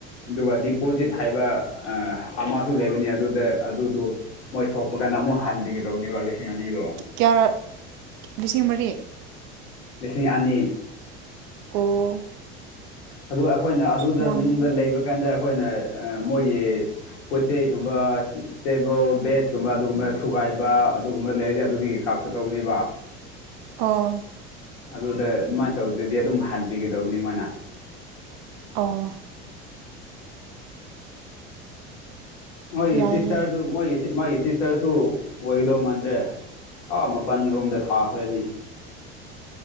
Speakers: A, on the left; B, on the right.
A: ꯑꯗꯨꯒ ꯗꯤꯄꯣꯖꯤꯠ ꯍꯥꯏꯕ ꯑꯥ ꯑꯃꯁꯨ ꯂꯩꯕꯅꯤ ꯑꯗꯨꯗ ꯑꯗꯨꯗꯨ ꯃꯣꯏ ꯊꯣꯛꯄꯀꯥꯟꯗ ꯑꯃꯨꯛ ꯍꯟꯕꯤꯒꯗꯧꯅꯤꯕ ꯂꯤꯁꯤꯡ ꯑꯅꯤꯗꯣ
B: ꯀꯌꯥꯔꯛ ꯂꯤꯁꯤꯡ ꯃꯔꯤ
A: ꯂꯤꯁꯤꯡ ꯑꯅꯤ
B: ꯑꯣ
A: ꯑꯗꯣ ꯑꯩꯈꯣꯏꯅ ꯑꯗꯨꯗ
B: ꯃꯥꯒꯤ
A: ꯃꯅꯨꯡꯗ ꯂꯩꯕ ꯀꯥꯟꯗ ꯑꯩꯈꯣꯏꯅ ꯃꯣꯏꯒꯤ ꯄꯣꯠ-ꯆꯩꯒꯨꯝꯕ ꯇꯦꯕꯜ, ꯕꯦꯠꯀꯨꯝꯕ ꯑꯗꯨꯒꯨꯝꯕ ꯊꯨꯒꯥꯏꯕ ꯑꯗꯨꯒꯨꯝꯕ ꯂꯩꯔꯗꯤ ꯑꯗꯨꯗꯒꯤ ꯀꯛ ꯀꯛꯇꯧꯕꯅꯦꯕ
B: ꯑꯣ
A: ꯑꯗꯨꯗ ꯑꯗꯨꯃꯥꯏꯅ ꯇꯧꯗꯔꯗꯤ ꯑꯗꯨꯝ ꯍꯟꯕꯤꯒꯗꯧꯕꯅꯤ ꯃꯣꯏꯅ
B: ꯑꯣ
A: ꯃꯣꯏꯒꯤ
B: ꯌꯥꯏ
A: ꯁꯤꯁꯇꯔꯗꯨ
B: ꯌꯥꯏ
A: ꯃꯣꯏꯒꯤ ꯃꯣꯏꯒꯤ ꯁꯤꯁꯇꯔꯁꯨ ꯑꯣꯏꯒꯗꯧ ꯃꯥꯟꯗ꯭ꯔꯦ ꯑꯥ ꯃꯥꯄꯜ ꯔꯣꯝꯗ ꯊꯥꯈ꯭ꯔꯅꯤ